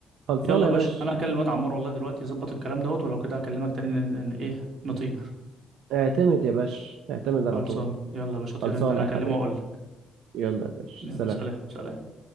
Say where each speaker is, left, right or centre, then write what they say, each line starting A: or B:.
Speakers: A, on the right; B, on the right.
A: خلصانة
B: يلا يا
A: يا
B: باشا
A: باشا
B: انا هكلم الواد عمار والله دلوقتي يظبط الكلام دوت ولو كده هكلمك تاني ن... ن... ايه نطير
A: اعتمد يا باشا اعتمد على
B: خلصان
A: طول
B: يلا يا باشا طير
A: خلصانة
B: انت انا
A: يا
B: هكلمه
A: حبيبي
B: واقول لك
A: يلا يا باشا
B: يلا
A: سلام
B: سلام سلام